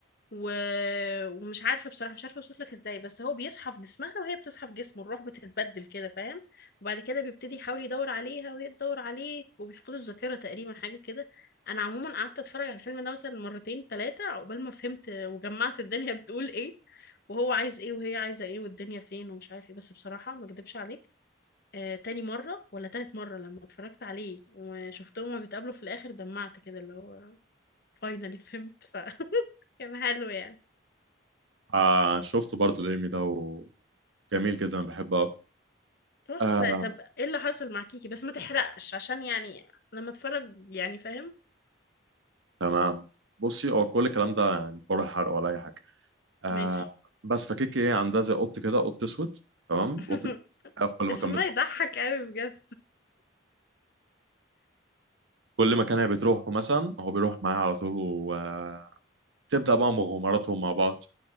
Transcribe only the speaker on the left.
و... ومش عارفه بصراحه مش عارفه اوصف لك ازاي بس هو بيصحى في جسمها وهي بتصحى في جسمه الروح بتتبدل كده فاهم وبعد كده بيبتدي يحاول يدور عليها وهي تدور عليه وبيفقدوا الذاكره تقريبا حاجه كده انا عموما قعدت اتفرج على الفيلم ده مثلا مرتين ثلاثه عقبال ما فهمت وجمعت الدنيا <laughs> بتقول ايه وهو عايز ايه وهي عايزه ايه والدنيا فين ومش عارف ايه بس بصراحه ما اكدبش عليك آه، تاني مرة ولا تالت مرة لما اتفرجت عليه وشفتهم وهما بيتقابلوا في الآخر دمعت كده اللي هو فاينالي فهمت ف <laughs> كان حلو يعني
تحفة
طب ايه اللي حصل مع كيكي بس ما تحرقش عشان يعني لما اتفرج يعني فاهم
ماشي
<laughs>
اسمها
يضحك قوي بجد